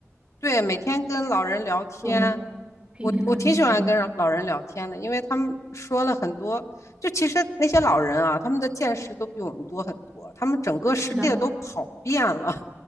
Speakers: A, on the left; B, on the right.
A: 对，每天跟老人聊天，
B: 对，可以跟他们，
A: 我我挺喜欢跟老老人聊天的，
B: 嗯，
A: 因为他们说了很多，就其实那些老人啊，他们的见识都比我们多很多，他们整个世界都跑遍了，
B: 是的，